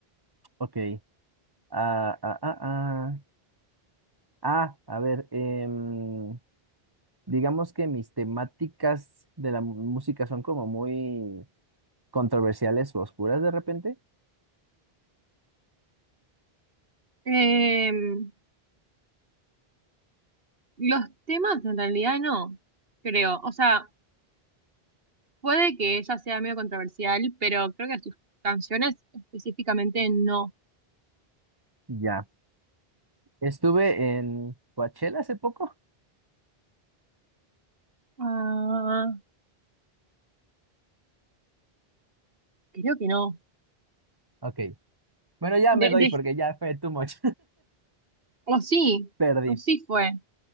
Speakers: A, on the right; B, on the right.
A: ok. Ah, ah, ah, ah. Ah, a ver, em, digamos que mis temáticas de la mu- música son como muy controversiales o oscuras de repente.
B: Em, los temas en realidad no, creo. O sea, puede que ella sea medio controversial, pero creo que sus canciones específicamente no.
A: Ya. Estuve en Coachella hace poco.
B: Ah, creo que no.
A: Ok. Bueno, ya
B: De,
A: me doy
B: de-
A: porque ya fue too much.
B: o sí,
A: <laughs> Perdí.
B: o sí fue.